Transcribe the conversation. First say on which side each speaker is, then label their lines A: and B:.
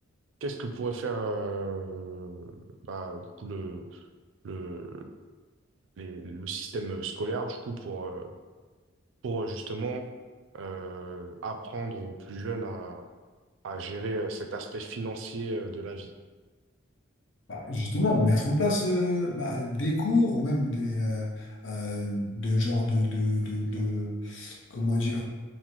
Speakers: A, on the right; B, on the left.
A: qu'est-ce que pourrait faire euh, bah, du coup, le, le, les- le système scolaire, du coup, pour, euh, pour justement euh, apprendre aux plus jeunes à, à gérer euh, cet aspect financier euh, de la vie.
B: Bah, justement, mettre en place euh, bah, des cours ou même des euh, euh, de genre de, de, de, de- comment dire,